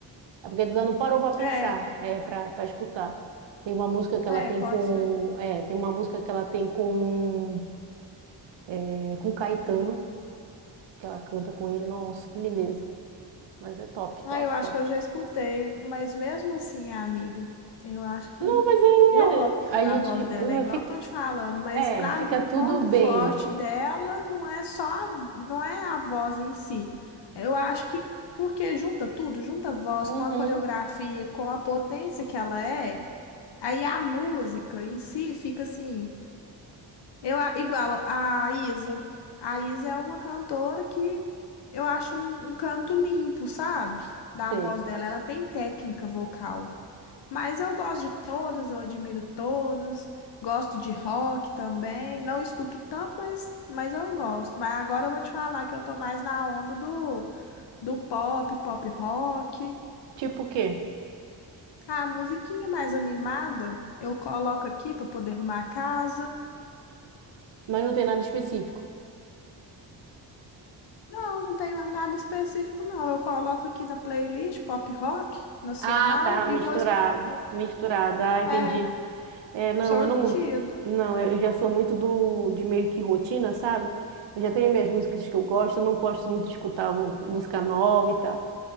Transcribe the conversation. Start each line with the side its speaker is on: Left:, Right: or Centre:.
Right: É porque tu dá não parou pra pensar,
Left: é,
Right: é, pra, pra escutar. Tem uma música que
Left: é,
Right: ela tem
Left: pode.
Right: com. É, tem uma música que ela tem com. É, com Caetano, que ela canta com ele. Nossa, que lindeza. Mas é top, top,
Left: Ah, eu acho
Right: top.
Left: que eu já escutei, mas mesmo assim, amiga, eu acho que
Right: Não, mas aí
Left: eu gosto
Right: é, a
Left: da
Right: gente.
Left: voz dela,
Right: hum,
Left: é igual
Right: fica-
Left: eu tô te falando, mas
Right: É,
Left: para
Right: fica
Left: mim o
Right: tudo
Left: ponto
Right: bem.
Left: forte dela não é só, a- não é a voz em si. Eu acho que porque junta tudo, junta a voz
Right: Uhum,
Left: com a coreografia, com a potência que ela é, aí a música em si fica assim. Eu, a- igual a Isa. A Isa é uma cantora que eu acho um, um canto limpo, sabe? Da
Right: sei.
Left: voz dela. Ela tem técnica vocal. Mas eu gosto de todas, eu admiro todas. Gosto de rock também. Não escuto tanto, mas, mas eu gosto. Mas agora eu vou te falar que eu tô mais na onda do, do pop, pop rock.
Right: Tipo o quê?
Left: A musiquinha mais animada eu coloco aqui para poder arrumar a casa.
Right: Mas não tem nada específico.
Left: Não, não tenho nada específico, não. Eu coloco aqui na playlist pop rock nacional
Right: Ah, tá, misturado.
Left: e vou escutar.
Right: Misturado, ah, entendi.
Left: É,
Right: É, não,
Left: sortido.
Right: eu não. Não, eu já sou muito do, de meio que rotina, sabe? Eu já tenho minhas músicas que eu gosto, eu não gosto muito de escutar mu- música nova e tal.